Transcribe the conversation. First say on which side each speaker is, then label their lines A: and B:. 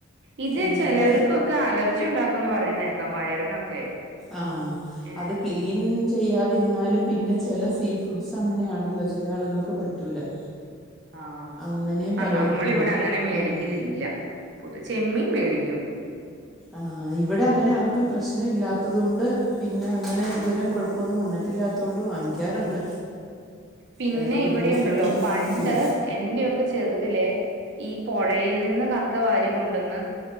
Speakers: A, on the right; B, in the centre.
A: ഇത്
B: എന്നിട്ട്
A: ചെലവർക്കൊക്കെ അലർജി ഉണ്ടാക്കുംന്ന് പറയുന്നകേക്കാം വയറിനൊക്കെ
B: ആഹ
A: ഏഹ്
B: അത് ക്ലീ ൻ ചെയ്യാതിരുന്നാലും പിന്നെ ചില സീ ഫുഡ്സ് അങ്ങനെയാണല്ലോ ചില ആളുകൾക്ക് പറ്റൂല <unintelligible>
A: ആഹ്
B: അങ്ങനെയും
A: അ
B: പറയുന്നുണ്ട്
A: നമ്മൾ ഇവിടെ അങ്ങനെ മേടിക്കലില്ല.
B: നമ്മൾ
A: പൊതു ചെമ്മീൻ മേടിക്കും
B: ആഹ് ഇവിടെ അങ്ങനെ ആർക്കും പ്രശ്നം ഇല്ലാത്തതുകൊണ്ട് പിന്നെ അങ്ങനെ
A: ഉം
B: ഇതുവരെ കൊഴപ്പൊന്നും വന്നിട്ടില്ലാത്തൊണ്ട് വാങ്ങിക്കാറുണ്ട്.
A: പിന്നെ
B: വേറെ ബുദ്ധിമുട്ടുകളൊന്നും
A: ഇവിടെഉണ്ടല്ലോ പണ്ട്
B: വന്നിട്ടില്ല
A: എന്റെയൊക്കെ ചെറുതിലെ ഈ പൊഴയിൽ നിന്ന് കക്ക വാരി കൊണ്ടന്ന്